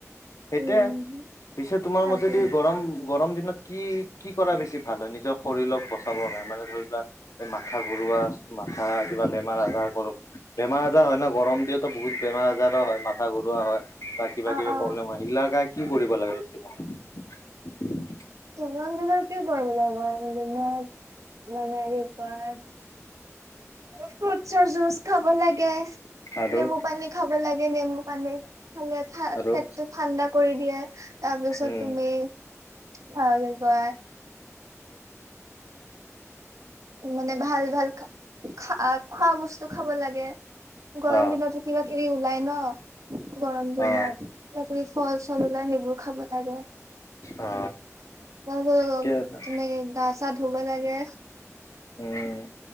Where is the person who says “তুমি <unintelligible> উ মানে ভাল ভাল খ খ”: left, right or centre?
Right